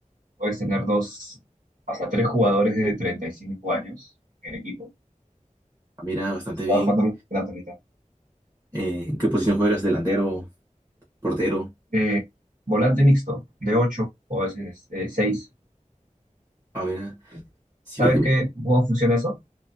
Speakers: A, on the right; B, on the right.
A: puedes tener dos, hasta tres jugadores de 35 años en el equipo.
B: Ah, Mira, bastante
A: Estaba
B: bien.
A: jugando en un campeonato ahorita.
B: Eh, ¿en qué posición juegas? ¿Delantero? ¿Portero?
A: Eh, volante mixto, de 8 o a veces eh, 6.
B: A ver, ah, sí,
A: ¿Sabes
B: porque me-
A: qué, cómo funciona eso?